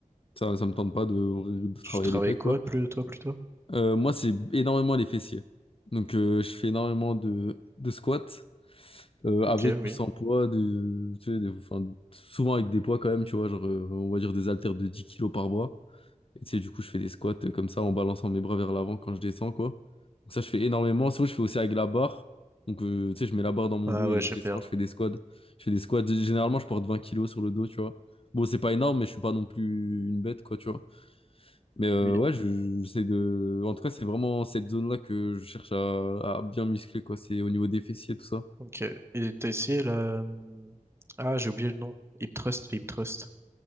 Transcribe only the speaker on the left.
Ça, ça me tente pas de, de
travailler
les pecs,
quoi.
Euh, moi, c'est énormément les fessiers. Donc, euh, je fais énormément de, de squats euh,
avec
ou sans poids, de, tu sais, des- enfin, souvent avec des poids quand même, tu vois, genre, euh, on va dire des haltères de 10 kilos par bras. Et tu sais, du coup, je fais des squats euh, comme ça en balançant mes bras vers l'avant quand je descends, quoi. Donc ça, je fais énormément. Sinon, je fais aussi avec la barre. Donc, euh, tu sais, je mets la barre dans mon
dos et
je
descends,
je fais des squats. Je fais des squats. Généralement, je porte 20 kilos sur le dos, tu vois. Bon, c'est pas énorme, mais je suis pas non plus une bête, quoi, tu vois. Mais euh,
ouais, je- j'essaie de... En tout cas, c'est vraiment cette zone-là que je cherche à, à bien muscler, quoi. C'est au niveau des fessiers, tout ça.